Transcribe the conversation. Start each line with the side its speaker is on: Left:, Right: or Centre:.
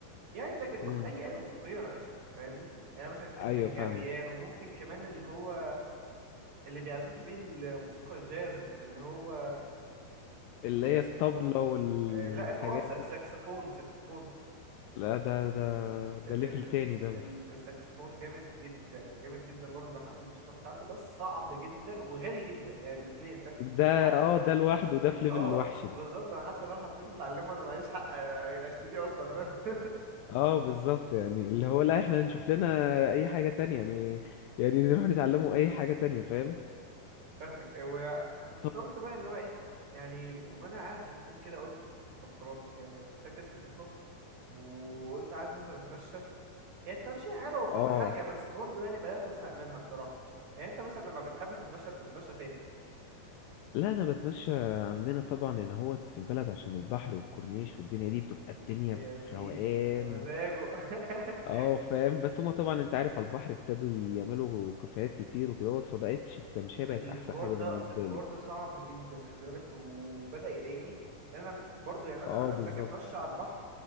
Right: يعني لكن
Left: امم
Right: بص أي آلة موسيقية أنا قشطة فاهمني يعني مثلا كمانجا
Left: ايوه فاهمك
Right: بيانو ممكن كمان اللي هو اللي بيعزفوا بيه الموسيقى الجاز اللي هو
Left: اللي هي
Right: اسمه
Left: الطبلة والحاجات
Right: آه، لا اسمه اه سا-
Left: دي
Right: ساكسفون ساكسفون
Left: لا ده ده ده ليفل
Right: ال...
Left: تاني دوت
Right: ال... الساكسفون جامد جدا جامد جدا برضو بحب الموسيقى بتاعته بس صعب جدا وغالي جدا يعني الاتنين فاهم
Left: ده
Right: يعني حتى
Left: اه ده لوحده ده في ليفل
Right: اه
Left: الوحش ده
Right: بالظبط انا حتى لو حبيت اتعلمه انا معيش حق أ- أ- اشتريه اصلا فاهم <laughs>
Left: اه بالظبط يعني اللي هو لا احنا نشوف لنا اي حاجة تانية يعني يعني نروح نتعلمه اي حاجة تانية فاهم
Right: فاهمك وكنت
Left: طب
Right: قلت بقى اللي هو ايه يعني وانا قاعد زهقان كده قلت طب خلاص يعني فاكس موسيقى وقلت عايز انزل اتمشى هي التمشية حلوة وكل
Left: اه
Right: حاجة بس برضو يعني بدأت ازهق منها بصراحة يعني انت مثلا لما بتحب تتمشى بتتمشى فين
Left: لا انا بتمشى عندنا طبعا هنا هو في البلد عشان البحر والكورنيش والدنيا دي بتبقى الدنيا
Right: يا
Left: في
Right: سيدي
Left: روقان
Right: يا مزاجه <laughs>
Left: اه فاهم بس هما طبعا انت عارف على البحر ابتدوا يعملوا كافيهات كتير وكدهوت فبقتش التمشية بقت
Right: الحوار
Left: احسن حاجة
Right: ده
Left: بالنسبة
Right: الحوار
Left: لي
Right: ده صعب جدا خلي بالك وبدأ يضايقني لان انا ف- برضو يعني انا
Left: اه
Right: لما
Left: بالظبط
Right: باجي اتمشى على البحر